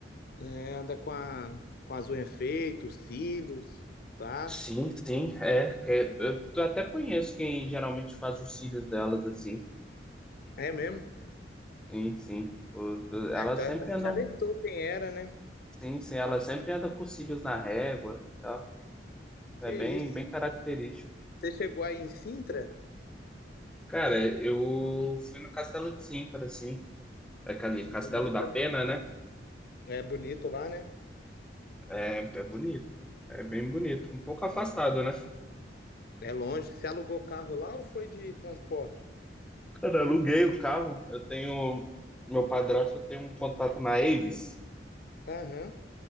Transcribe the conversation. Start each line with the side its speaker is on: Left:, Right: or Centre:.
Left: É, anda com a, com as unhas feitas, os cílios, pá.
Centre: Sim, sim, é. que é- eu até conheço quem geralmente faz os cílios delas assim.
Left: É mesmo?
Centre: Sim, sim. O- do- elas
Left: Ah, então
Centre: sempre
Left: é bom
Centre: andam.
Left: que te alertou quem era, né?
Centre: Sim, sim, elas sempre andam com os cílios na régua e tal. É
Left: Que
Centre: bem,
Left: isso.
Centre: bem característico.
Left: Você chegou aí em Sintra?
Centre: Cara, eu fui no Castelo de Sintra, assim. Aquele Castelo
Left: Bonito,
Centre: da Pena,
Left: né?
Centre: né?
Left: É bonito lá, né?
Centre: É, é bonito. É bem bonito. Um pouco afastado, né?
Left: É longe. Você alugou carro lá ou foi de transporte?
Centre: Cara, eu aluguei o carro. Eu tenho. Meu padrasto tem um contato na Avis.
Left: Aham.